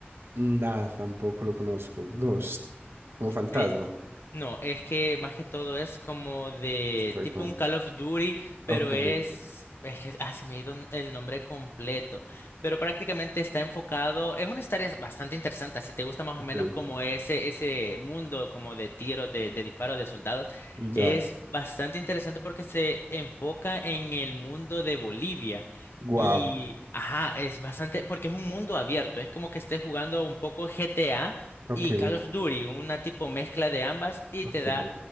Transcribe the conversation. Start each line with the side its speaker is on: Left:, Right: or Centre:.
Right: Nada, tampoco lo conozco. Ghost, como fantasma.
Left: Sí, no, es que más que todo es como de
Right: Recon.
Left: tipo un Call of Duty,
Right: Ok,
Left: pero es, es que ah, se me ha ido el nombre completo, pero prácticamente está enfocado, es una historia bastante interesante, si te gusta más
Right: ok.
Left: o menos como ese, ese mundo como de tiros, de, de disparos de soldados,
Right: Ya.
Left: es bastante interesante porque se enfoca en el mundo de Bolivia.
Right: Wow.
Left: Y, ajá, es bastante, porque es un mundo abierto, es como que estés jugando un poco GTA,
Right: Ok,
Left: y Call of Duty, una tipo mezcla de ambas y
Right: ok.
Left: te da,